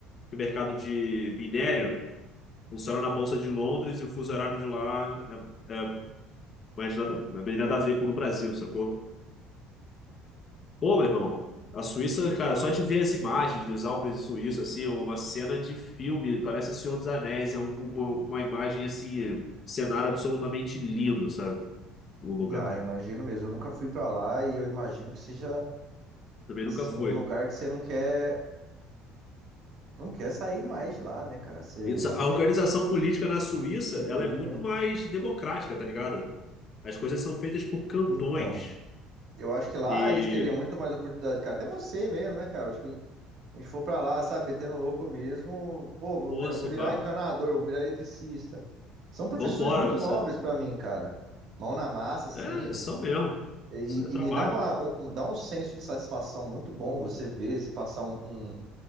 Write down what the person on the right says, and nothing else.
Ah, eu imagino mesmo. Eu nunca fui pra lá e eu imagino que seja
assim
um lugar que você não quer, não quer sair mais de lá, né, cara? Você,
você
tem
tudo
ali,
né?
Então, eu acho que lá
a gente teria muito mais oportunidade, cara. Até você mesmo, né, cara? Acho que a gente for pra lá, sabe, metendo louco mesmo, pô, vou
virar,
vou virar encanador, vou virar eletricista. São profissões
muito
nobres pra mim, cara. Mão na massa, assim.
E,
e
me dá uma,
um, um- dá um senso de satisfação muito bom você ver, você passar um, um-